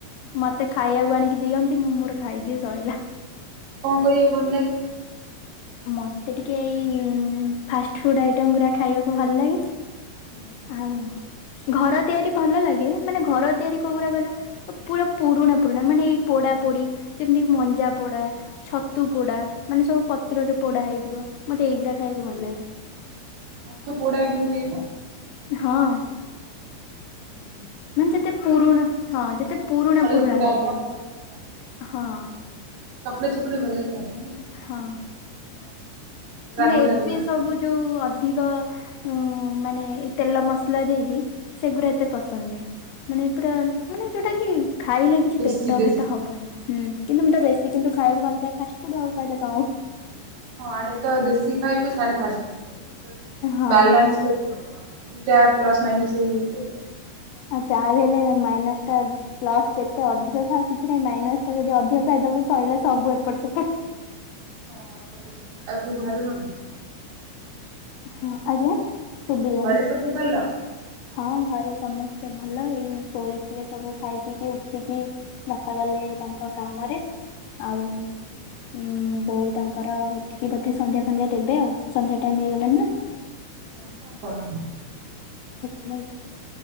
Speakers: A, on the left (about 80°); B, on the right (about 65°).
A: ମତେ ଖାଇବାକୁ ଆଣିକି ଦିଅନ୍ତି ମୁଁ ମୋର ଖାଇଦିଏ ସଇଲା।
B: କଣ କରିବାକୁ ଭଲ ଲାଗେ?
A: ମୋତେ ଟିକେ ଏଇ ଫାଷ୍ଟ ଫୁଡ଼ ଆଇଟମ୍ ଗୁଡ଼ା ଖାଇବାକୁ ଭଲ ଲାଗେ।
B: ହଁ। <inaudible>
A: ଆଉ ଘର ତିଆରି ଭଲ ଲାଗେ ମାନେ ଘର ତିଆରି କୋଉଗୁଡା କହିଲ ପୁରା ପୁରୁଣା ପୁରୁଣା ମାନେ ଏଇ ପୋଡା ପୋଡି ଯେମିତି ମଞ୍ଜା ପୋଡା ଛତୁ ପୋଡ଼ା ମାନେ ସବୁ ପତ୍ରରେ ପୋଡ଼ା ହେଇଥିବ ମୋତେ ଏଇଗୁଡ଼ା
B: ଓହୋ
A: ଖାଇବାକୁ ଭଲ ଲାଗେ।
B: ମାଛ ପୋଡା ବି ହୁଏ ନା
A: ହଁ।
B: <inaudible>
A: ମାନେ ଯେତେ ପୁରୁଣା ହଁ ଯେତେ ପୁରୁଣା
B: ଆଳୁ
A: ପୁରୁଣା
B: ପୋଡା
A: ଖାଦ୍ୟ
B: ଟମାଟର ପୋଡା
A: ହଁ।
B: ଚକଡା ଚକୁଡ଼ି ଭଲ ଲାଗେ ଆଉ
A: ହଁ।
B: <inaudible> ରାଗୁଆ
A: ମାନେ ଏବେ
B: ରାଗୁଆ
A: ସବୁ ଯୋଉ ଅଧିକ ଉ ମାନେ ତେଲ ମସଲା ଦେଇକି ସେଗୁଡା ଏତେ ପସନ୍ଦ ନୁହଁ ମାନେ ପୁରା ମାନେ ଯୋଉଟା କି ଖାଇଲେ କିଛି
B: ଦେଶୀ
A: ପେଟ
B: ଦେଶୀ
A: ଫେଟ ହବ ହୁଁ କିନ୍ତୁ ମୁଁ ତ ବେଶୀ କିନ୍ତୁ ଖାଇବାକୁ ଭଲ ପାଏ ଫାଷ୍ଟଫୁଡ ଆଉ କହିଲା କଆଉ।
B: ହଁ ଆଡେ ତ ଦେଶୀ ଖାଇବେ ସାଡେ ଫାଷ୍ଟଫୁଡ ଖାଇଦେ
A: ହଁ।
B: ବ୍ୟାଲନ୍ସ କେ ହବ ଦିଟା ପ୍ଲସ ମାଇନସ ହେଇ ଯାଉଛି ଆଉ।
A: ଉ ଚାହା ବି ହେଲେ ମାଇନାସ ଟା ପ୍ଲସ ଯେତେ ଅଧିକ ଖାଅ କିଛି ନାଇଁ ମାଇନସ ଟା ଯଦି ଅଧିକ ଖାଇଦବ ସଇଲା ସବୁ ଏପଟ ସେପଟ।
B: <inaudible> ଆଉ ସବୁ ଘରେ ଭଲ?
A: ହଁ ଆଜ୍ଞା ଶୁଭିଲାନି।
B: ଘରେ ସବୁ ଭଲ?
A: ହଁ ଘରେ ସମସ୍ତେ ଭଲ ଏଇ ଶୋଇଥିଲେ ସବୁ ଖାଇ ପିଇକି ଉଠିକି ବାପା ଗଲେ ତାଙ୍କ କାମରେ ଆଉ
B: ହୁଁ
A: ଉଁ ବୋଉ ତାଙ୍କର ଉଠିକି ବୋଧେ ସନ୍ଧ୍ୟା ଫନ୍ଧ୍ୟା ଦେବେ ଆଉ ସନ୍ଧ୍ୟା ଟାଇମ ହେଇଗଲାଣି ନା।
B: ତମେ କଣ କର?
A: ସେଥିଲାଗି